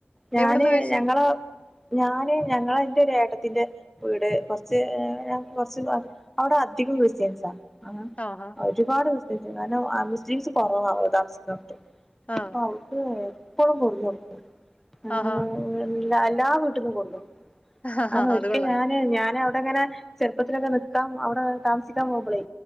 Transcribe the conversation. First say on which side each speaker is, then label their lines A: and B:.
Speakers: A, in the centre; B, on the left.
A: ഞാന്
B: എവിടുന്ന് കഴിച്ച്?
A: ഞങ്ങള <unintelligible> ഞാന് ഞങ്ങള ഇന്റെ ഒരു ഏട്ടത്തിന്റെ വീട് കൊർച്ച് ഏ കൊർച്ച് അഒടെ അധികം ക്രിസ്ത്യൻസാ <unintelligible>
B: ആഹാ
A: ഒരുപാട് ക്രിസ്ത്യൻസ് കാരണം അ മുസ്ലിംസ് കൊറവ താമസിക്കുന്നോട്ത്ത്
B: ആഹ്
A: <unintelligible> അങ്ങനെ
B: ആഹാ
A: <unintelligible> ല്ല എല്ലാ വീട്ട്ക്കും കൊടുക്കും
B: ആഹാ,
A: അങ്ങനെ ഒരിക്കേ
B: അത് കൊള്ളാല്ലേ
A: ഞാന് ഞാനവ അങ്ങനെ ചെർപ്പത്തിലൊക്കെ ന്ന്ക്കാം അവടെ താമസിക്കാൻ പോകുമ്പളേ